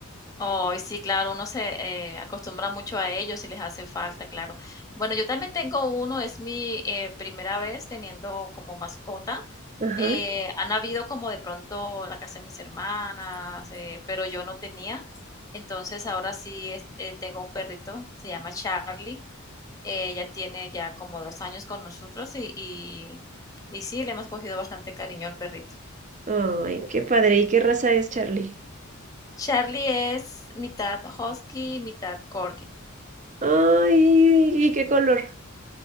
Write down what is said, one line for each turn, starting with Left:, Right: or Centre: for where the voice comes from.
Left: Ay, sí, claro, uno se eh, acostumbra mucho a ellos y les hace falta, claro. Bueno, yo también tengo uno, es mi eh, primera vez teniendo como mascota.
Right: Ajá.
Left: Eh, han habido como de pronto en la casa de mis hermanas, eh, pero yo no tenía. Entonces ahora sí es- eh, tengo un perrito, se llama Charlie. Eh, Ella tiene ya como dos años con nosotros y, y, y sí, le hemos cogido bastante cariño al perrito.
Right: Ay, qué padre. ¿Y qué raza es Charlie?
Left: Charlie es mitad husky, mitad corgi.
Right: Ay, ¿y qué color?